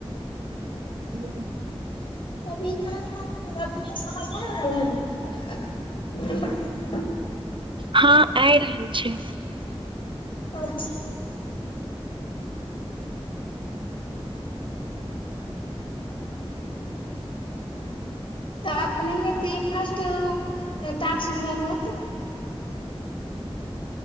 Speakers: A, on the right; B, on the left.
A: <unintelligible>
B: की क ह
A: हँ आ रहल छै
B: अच्छा तऽ नहि फर्स्ट ्क मिलल होत